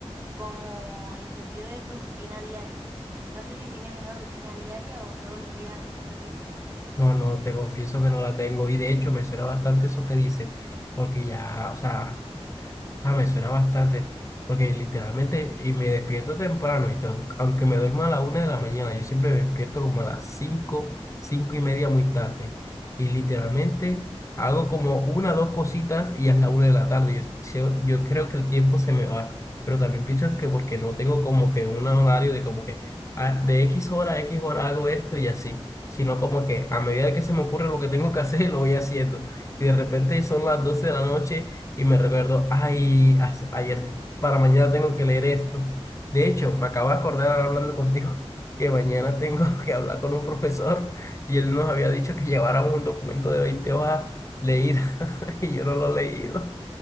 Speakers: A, on the right (about 20°); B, on the left (about 30°).
A: como en sentido de tu rutina diaria. No sé si tienes una rutina diaria o todos los días haces cosas diferentes.
B: No, no, te confieso que no la tengo. Y de hecho me suena bastante eso que dices, porque ya, o sea... Ah, me suena bastante, porque literalmente, y me despierto temprano, ¿viste? Aunque aunque me duerma a la una de la mañana, yo siempre me despierto como a las cinco, cinco y media muy tarde. Y literalmente hago como una dos cositas y ya es la una de la tarde. Yo, yo, yo creo que el tiempo se me va, pero también pienso que porque no tengo como que un horario de como que ah, de X hora a X hora hago esto y así, sino como que a medida que se me ocurre lo que tengo que hacer, <laughs> lo voy haciendo. Y de repente son las 12 de la noche y me recuerdo, ay, as- ayer para mañana tengo que leer esto. De hecho, me acabo de acordar ahora hablando contigo <laughs> que mañana tengo <laughs> que hablar con un profesor y él nos había dicho que lleváramos un documento de 20 hojas leídas <laughs> y yo no lo he leído.